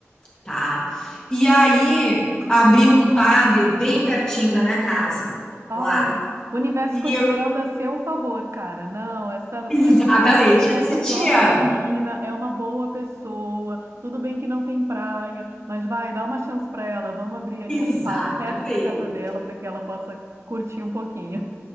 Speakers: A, on the left; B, on the right.
A: tá? E aí abriu um pádel bem pertinho da minha casa,
B: Ó,
A: lá.
B: o universo
A: E
B: conspirando
A: eu,
B: a seu favor, cara. Não, essa,
A: exatamente,
B: essa minha,
A: eu
B: essa
A: disse, tia,
B: jovem menina é uma boa pessoa. Tudo bem que não tem praia, mas vai, dá uma chance pra ela. Vamos abrir ali
A: exatamente.
B: um paddle perto da casa dela para que ela possa curtir um pouquinho.